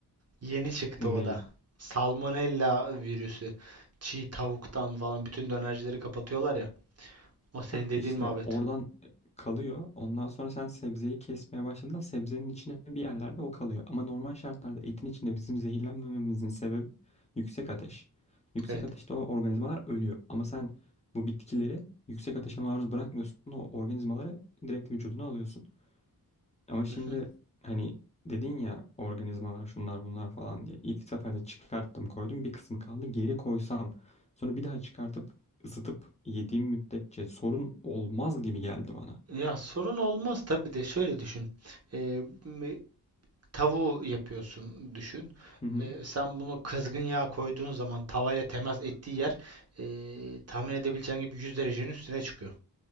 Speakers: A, on the right (about 40°); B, on the left (about 15°).
A: Yeni çıktı
B: ne?
A: o da. Salmonella virüsü. Çiğ tavuktan falan bütün dönercileri kapatıyorlar ya. O senin
B: Hah
A: dediğin
B: işte
A: muhabbet.
B: oradan e, kalıyor. Ondan sonra sen sebzeyi kesmeye başladığında sebzenin içine bir yerlerde o kalıyor. Ama normal şartlarda etin içinde bizim zehirlenmememizin sebebi yüksek ateş. Yüksek
A: Evet.
B: ateşte o organizmalar ölüyor. Ama sen bu bitkileri yüksek ateşe maruz bırakmıyorsun. O organizmaları direkt vücuduna alıyorsun. Ama şimdi
A: Hı hı.
B: hani dedin ya organizmalar şunlar bunlar falan diye. İlk seferde çıkarttım koydum bir kısmı kaldı geri koysam sonra bir daha çıkartıp ısıtıp yediğim müddetçe sorun olmaz gibi geldi bana.
A: Ya sorun olmaz tabii de şöyle düşün. Ee, m- tavuğu yapıyorsun düşün.
B: Hı hı.
A: Ee, sen bunu kızgın yağ koyduğun zaman tavayla temas ettiği yer ee, tahmin edebileceğin gibi 100 derecenin üstüne çıkıyor.